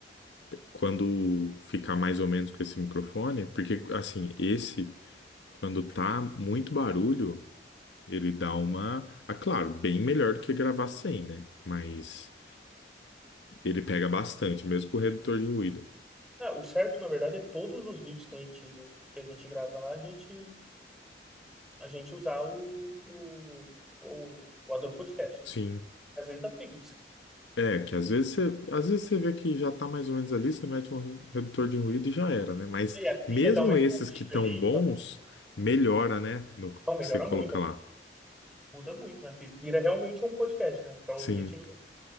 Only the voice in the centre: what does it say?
É, o certo, na verdade, é todos os vídeos que a gente, que a gente gravar, a gente, a gente usar o, o, o, o Adobe Podcast,
né? Às vezes dá preguiça.
E a trilha
dá uma escondida
ali
e tal.
Então, melhora
muito, é,
muda muito, né? Porque Vira realmente um podcast, né? Que é o
objetivo do...